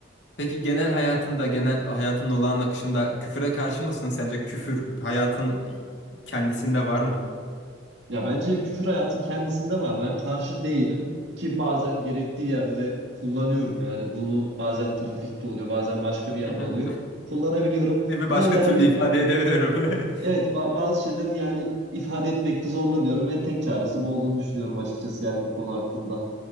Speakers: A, on the left (about 85°); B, on the right (about 75°).
A: Peki genel hayatında, genel hayatın olağan akışında küfüre karşı mısın sence? Küfür hayatın kendisinde var mı?
B: Ya bence küfür hayatın kendisinde var. Ben karşı değilim ki bazen gerektiği yerde de kullanıyorum yani bunu bazen trafikte oluyor, bazen başka bir yerde
A: Hı hı.
B: oluyor. Kullanabiliyorum.
A: Bir
B: Bu
A: başka
B: da yani
A: türlü
B: bir
A: ifade edemiyorum. <laughs>
B: evet ba- bazı şeylerin yani ifade etmekte zorlanıyorum ve tek çaresi bu olduğunu düşünüyorum açıkçası yani bu konu hakkında.